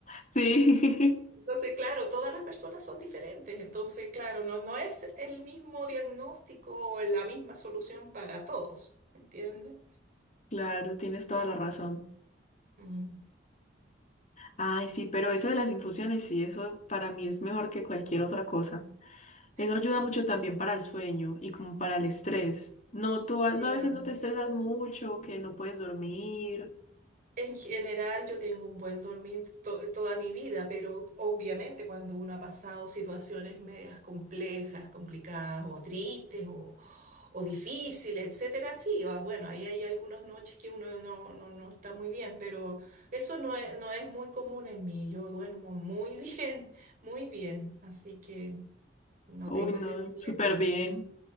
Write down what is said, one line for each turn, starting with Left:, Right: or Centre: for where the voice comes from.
Left: sí,
Right: <laughs> Entonces, claro, todas las personas son diferentes. Entonces, claro, no, no es el mismo diagnóstico o la misma solución para todos, ¿me entiendes?
Left: <laughs> claro, tienes toda la razón.
Right: Mm.
Left: Ay, sí, pero eso de las infusiones, sí, eso para mí es mejor que cualquier otra cosa. Eso ayuda
Right: Sí, sí.
Left: mucho también para el sueño y como para el estrés. No, tú a,
Right: Claro.
Left: no, a veces no te estresas mucho, que no puedes dormir.
Right: En general, yo tengo un buen dormir to- toda mi vida, pero obviamente cuando uno ha pasado situaciones medias complejas, complicadas o tristes o, o difíciles, etcétera, sí, o- bueno, ahí hay algunas noches que uno no, no, no está muy bien, pero eso no es, no es muy común en mí. Yo duermo muy <laughs> bien, muy bien, así que no
Left: Uy,
Right: tengo
Left: no,
Right: ese problema.
Left: súper bien.